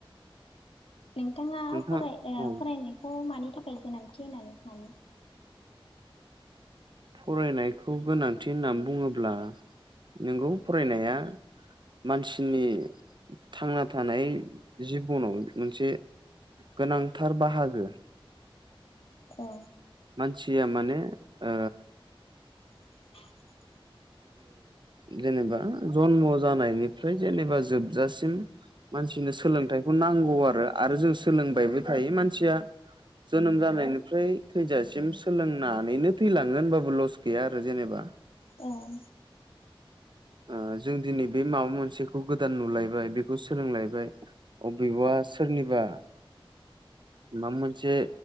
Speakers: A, on the left; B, on the right.
A: नोंथाङा
B: नोंथां
A: फराय ओ
B: औ
A: फरायनाय <unintelligible> मानि थाखाय गोनांथि होननानै सानो
B: फरायनायखौ गोनांथि होननानै बुङोब्ला नोंगौ फरायनाया मानसिनि थांना थानाय जिबनाव मोनसे गोनांथार बाहागो
A: औ
B: मानसिया मानो ओ
A: <inaudible>
B: जेनेबा जन्म जानायनिफ्राय जेनेबा जोबजासिम मानसिनो सोलोंथाइखौ नांगौ आरो आरो जों सोलोंबायबो थायो मानसिया जोनोम जानायनिफ्राय थैजासिम सोलोंनानैनो थैलाङो होनबाबो लस गैया आरो जेनेबा
A: औ
B: ओ जों दिनै बे माबा मोनसेखौ गोदान नुलायबाय बेखौ सोलोंलायबाय अबेबा सोरनिबा माबा मोनसे